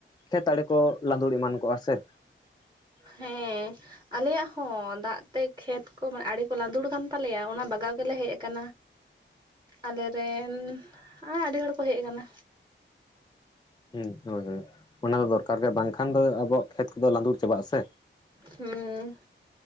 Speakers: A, on the left (about 20°); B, on the right (about 20°).
A: ᱠᱷᱮᱛ ᱟᱲᱮ ᱠᱚ ᱞᱟᱸᱫᱩᱲ ᱮᱢᱟᱱ ᱠᱚᱜᱼᱟ ᱥᱮ <inaudible>
B: ᱦᱮᱸ ᱟᱞᱮᱭᱟᱜ ᱦᱚᱸ ᱫᱟᱜ ᱛᱮ ᱠᱷᱮᱛ ᱠᱚ ᱢᱟᱱᱮ ᱟᱹᱲᱤ ᱠᱚ ᱞᱟᱸᱫᱩᱲ ᱟᱠᱟᱱ ᱛᱟᱞᱮᱭᱟ ᱚᱱᱟ ᱵᱟᱜᱟᱣ ᱜᱮᱞᱮ ᱦᱮᱡ ᱟᱠᱟᱱᱟ
A: <inaudible>
B: ᱟᱞᱮᱨᱮᱱ ᱟᱹᱰᱤ ᱦᱚᱲ ᱠᱚ ᱦᱮᱡ ᱠᱟᱱᱟ
A: ᱦᱩᱸ ᱦᱳᱭ ᱦᱳᱭ ᱚᱱᱟ ᱫᱚ ᱫᱚᱨᱠᱟᱨ ᱜᱮ ᱵᱟᱝᱠᱷᱟᱱ ᱫᱚ ᱟᱵᱚᱣᱟᱜ ᱠᱷᱮᱛ ᱠᱚᱫᱚ ᱞᱟᱸᱫᱩᱲ ᱪᱟᱵᱟᱜ ᱟᱥᱮ
B: ᱦᱮᱸ